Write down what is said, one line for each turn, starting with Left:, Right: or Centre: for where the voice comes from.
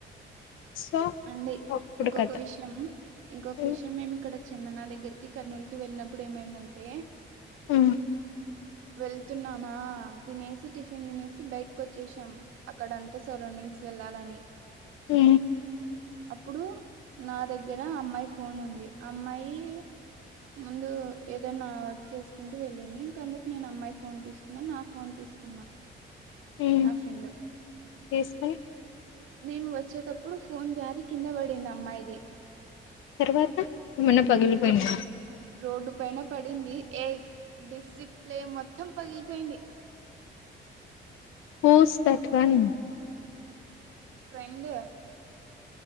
Left: సో
Right: అండి
Left: అప్పుడు
Right: ఇంకొక
Left: కథ
Right: విషయం ఇంకొక
Left: ఉమ్,
Right: విషయం మేము ఇక్కడ చందనా దగ్గరకి కర్నూలుకిి వెళ్ళినప్పుడు ఏమైందంటే
Left: హు
Right: వెళ్తున్నామా తినేసి టిఫిన్ తినేసి బయటకు వచ్చేసాం అక్కడ అంతా సరౌండింగ్స్ వెళ్లాలని
Left: ఉ
Right: అప్పుడు నా దగ్గర అమ్మాయి ఫోన్ ఉంది అమ్మాయి ముందు ఏదైనా వర్క్ చేసుకుంటూ వెళ్ళింది ఇంకందుకు నేను అమ్మాయి ఫోన్ తీసుకు న్న నా ఫోన్ తీసుకున్న
Left: ఉమ్
Right: నా ఫ్రెండ్
Left: తీసుకొని
Right: నేను వచ్చేతప్పుడు ఫోన్ జారి కింద పడింది అమ్మాయిది
Left: తర్వాత ఏమన్నా పగిలిపోయిందా
Right: రో రోడ్డు పైన పడింది ఏ డిసిప్లే మొత్తం పగిలిపోయింది
Left: హూస్ థాట్ వన్
Right: ఫ్రెండ్